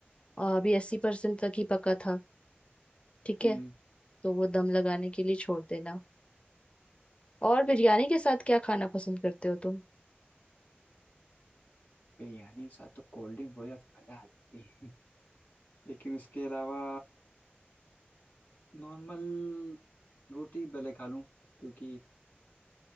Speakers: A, on the left; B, on the left.
A: आ, अभी अस्सी परसेंट तक ही पका था ठीक
B: हम्म
A: है तो वो दम लगाने के लिए छोड़ देना और बिरयानी के साथ क्या खाना पसंद करते हो तुम?
B: बिरयानी के साथ तो कोल्ड ड्रिंक हो जाए तो मज़ा आ जाती है <laughs> लेकिन उसके अलावा नॉर्मल रोटी भले खा लूँ क्योंकि